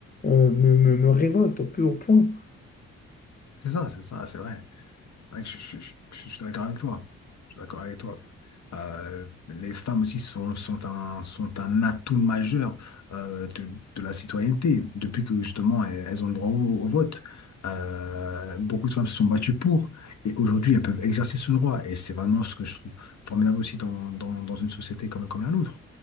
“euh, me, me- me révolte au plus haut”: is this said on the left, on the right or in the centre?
Left